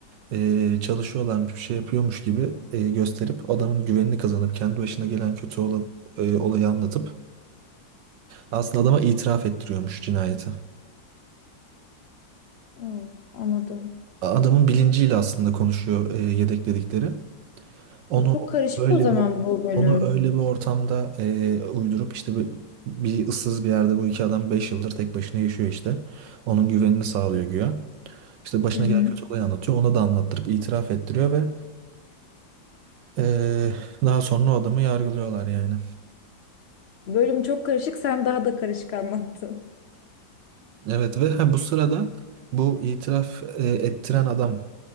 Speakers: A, on the right; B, on the left.
A: eee çalışıyorlarmış bir şey yapıyormuş gibi eee, gösterip adamın güvenini kazanıp kendi başına gelen kötü olan eee, olayı anlatıp aslında adama itiraf ettiriyormuş cinayeti.
B: Hı, anladım.
A: adamın bilinciyle aslında konuşuyor e, yedekledikleri. Onu
B: Bu Çok karışık
A: öyle
B: o zaman
A: bir
B: bu bölüm.
A: onu öyle bir ortamda e, uydurup işte bir, bir ıssız bir yerde bu iki adam 5 yıldır tek başına yaşıyor işte. Onun güvenini sağlıyor güya. İşte başına
B: Hı hı.
A: gelen kötü olayı anlatıyor. Ona da anlattırıp itiraf ettiriyor ve e, daha sonra o adamı yargılıyorlar yani.
B: Bölüm çok karışık sen daha da karışık anlattın.
A: Evet ve ha, bu sırada bu itiraf e, ettiren adam